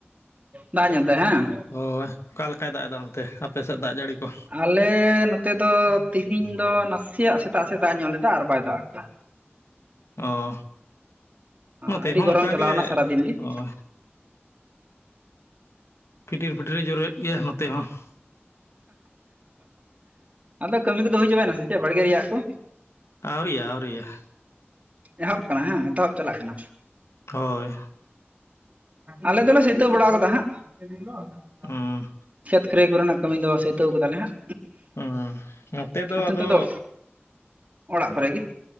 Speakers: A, on the right (about 30°); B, on the left (about 85°).
A: ᱫᱟᱜ ᱧᱚᱜ ᱦᱟᱸ?
B: ᱦᱳᱭ ᱚᱠᱟ ᱞᱮᱠᱟᱭ ᱫᱟᱜ ᱮᱫᱟ ᱚᱱᱛᱮ ᱟᱯᱮᱥᱮᱫ ᱫᱟᱜ ᱡᱟᱹᱲᱤ ᱠᱚ
A: ᱟᱞᱮᱻ ᱱᱚᱛᱮ ᱫᱚ ᱛᱤᱦᱮᱧ ᱫᱚ ᱱᱟᱥᱮᱭᱟᱜ ᱥᱮᱛᱟᱜ ᱥᱮᱜ ᱫᱟᱜ ᱧᱚᱜ ᱞᱮᱫᱟ ᱟᱨ ᱵᱟᱭ ᱫᱟᱜ ᱠᱮᱫᱟ
B: ᱚ ᱱᱚᱛᱮ
A: ᱺ ᱟᱹᱰᱤ
B: ᱦᱚᱸ
A: ᱜᱚᱨᱚᱢ
B: ᱚᱱᱠᱟ
A: ᱪᱟᱞᱟᱣᱱᱟ
B: ᱜᱮ
A: ᱥᱟᱨᱟ ᱫᱤᱱ ᱜᱮ ᱾
B: ᱚ ᱯᱷᱤᱴᱤᱨ-ᱯᱷᱤᱴᱤᱨ ᱮ ᱡᱚᱨᱚᱭᱮᱫ ᱜᱮᱭᱟ ᱱᱚᱛᱮ ᱦᱚᱸ ᱾
A: ᱟᱫᱚ ᱠᱟᱹᱢᱤ ᱠᱚᱫᱚ ᱦᱩᱭ ᱪᱟᱵᱟᱭᱱᱟ ᱥᱮ ᱪᱮᱫ ᱵᱟᱲᱜᱮ ᱨᱮᱭᱟᱜ ᱠᱚ?
B: ᱟᱣᱨᱤᱭᱟ ᱟᱣᱨᱤᱭᱟ ᱾
A: ᱮᱦᱚᱵ ᱠᱟᱱᱟ ᱦᱮᱸ ᱮᱛᱚᱦᱚᱵ ᱪᱟᱞᱟᱜ ᱠᱟᱱᱟ ᱾
B: ᱦᱚᱭ
A: ᱟᱞᱮ ᱫᱚᱞᱮ ᱥᱛᱟᱹᱣ ᱵᱟᱲᱟ ᱠᱟᱫᱟ ᱦᱟᱸᱜ <unintelligible>
B: ᱦᱩᱸ
A: ᱠᱷᱟᱹᱨᱟᱹᱭ ᱠᱚᱨᱮᱱᱟᱜ ᱠᱟᱹᱢᱤ ᱫᱚ ᱥᱟᱹᱛᱟᱹᱣ ᱠᱟᱫᱟᱞᱮ ᱦᱟᱸᱜ
B: ᱦᱩᱸ ᱱᱚᱛᱮ
A: <unintelligible> ᱱᱤᱛᱚᱜ
B: ᱟᱫᱚ
A: ᱫᱚ᱾ ᱚᱲᱟᱜ ᱠᱚᱨᱮ ᱜᱮ